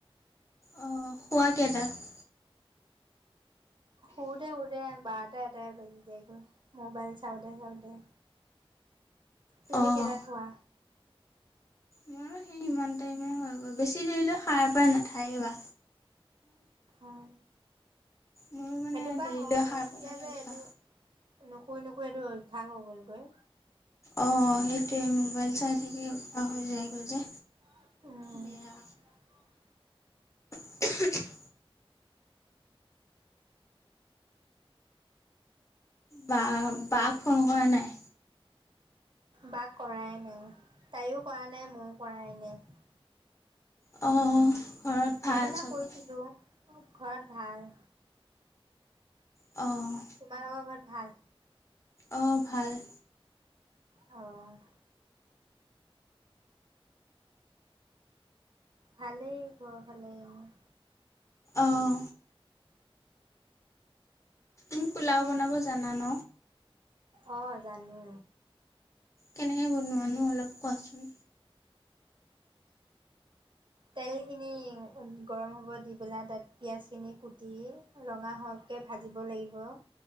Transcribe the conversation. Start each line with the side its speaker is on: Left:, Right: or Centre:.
Left: অঁ শুৱা কেইটাত?
Right: শুওতে শুওতে বাৰটা এটাই বাজি যায়গৈ মোবাইল চাওঁতে চাওঁতে, তুমি
Left: অঁ
Right: কেইটাত শুৱা?
Left: ময়ো সেই সিমান টাইমে হয়। অ' বেছি দেৰিলৈ সাৰ পায় নাথাকিবা!
Right: অঁ
Left: মোৰো মানে
Right: সেইটো বা
Left: দেৰিলৈ
Right: হয়
Left: সাৰ পাই
Right: এতিয়া
Left: থকা
Right: যে
Left: অভ্যাস
Right: এইটো নুশুই নুশুই এইটো অভ্যাস হৈ গ'লগৈ!
Left: অঁ সেইটোৱে মোবাইল চাই থাকে অভ্যাস হৈ যায়গৈ যে।
Right: অঁ
Left: বেয়া <unintelligible> বা বা'ক ফোন কৰা নাই?
Right: বা ক কৰাই নাই তাইও কৰা নাই, ময়ো কৰাই নাই খনেই।
Left: অঁ ঘৰত ভাল
Right: সেইদিনা
Left: চবৰে
Right: কৰিছিলো ঘৰত ভাল।
Left: অঁ।
Right: তোমালোক ঘৰত ভাল?
Left: অঁ ভাল।
Right: অ' ভালেই ঘৰৰ ফালে এনেই
Left: অঁ কি পোলাও বনাব জানা ন?
Right: অঁ জানো।
Left: কেনেকে বনোৱা নো অলপ কোৱাচোন।
Right: তেলখিনি গৰম হ'ব দি পেলাই তাত পিঁয়াজখিনি কুটি ৰঙা হোৱাকে ভাজিব লাগিব।